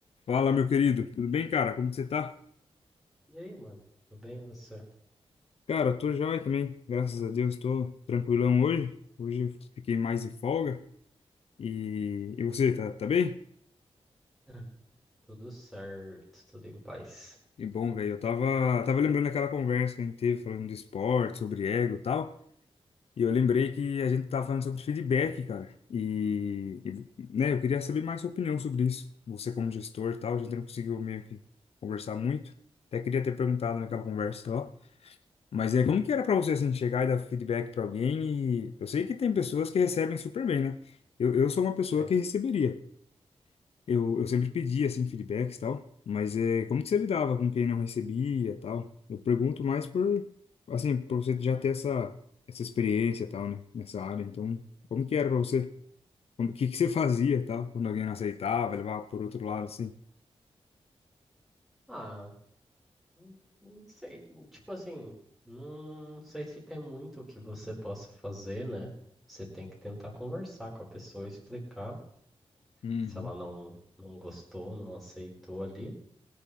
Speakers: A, on the left (about 70°); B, in the centre.
A: Fala, meu querido. Tudo bem, cara? Como que você tá?
B: E aí, mano? Tudo bem, e você?
A: Cara, tô jóia também. Graças a Deus, tô tranquilão hoje. Hoje eu fiquei mais de folga. E, e você, tá, tá bem?
B: Ah, Tudo certo, tudo em paz.
A: E bom, velho, eu tava, tava lembrando daquela conversa que a gente teve falando de esporte, sobre ego e tal. E eu lembrei que a gente tava falando sobre feedback, cara. E, e, né, eu queria saber mais sua opinião sobre isso. Você como gestor e tal, a gente não conseguiu meio que conversar muito. Até queria ter perguntado naquela conversa, ó. Mas é como que era pra você assim chegar e dar feedback pra alguém e eu sei que tem pessoas que recebem super bem, né? Eu, eu sou uma pessoa
B: Sim.
A: que receberia. Eu, eu sempre pedia assim feedbacks e tal, mas é como que você lidava com quem não recebia, e tal? Eu pergunto mais por assim, para você já ter essa essa experiência e tal, né, nessa área. Então, como que era pra você? Como que que você fazia, e tal, quando alguém não aceitava, levava por outro lado assim?
B: Ah, não não sei. Tipo assim, não sei se tem muito que você possa fazer, né? Você tem que tentar conversar com a pessoa, explicar
A: Uhum,
B: se ela não, não gostou, não aceitou ali,